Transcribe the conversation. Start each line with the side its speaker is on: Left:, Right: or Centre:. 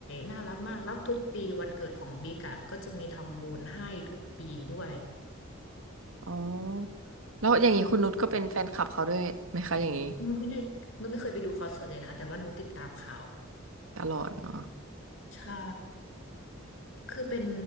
Left: น่ารักมากแล้วทุกปีวันเกิดของบิ๊กอะก็จะมีทำบุญให้ทุกปีด้วย
Right: อ๋อแล้วอย่างนี้คุณนุชก็เป็นแฟนคลับเขาด้วยไหมคะอย่างนี้
Left: นุชไม่ได้นุชไม่เคยไปดูคอนเสิร์ตเลยนะแต่ว่านุชติดตามข่าว
Right: ตลอดเนาะ
Left: ใช่ คือเป็น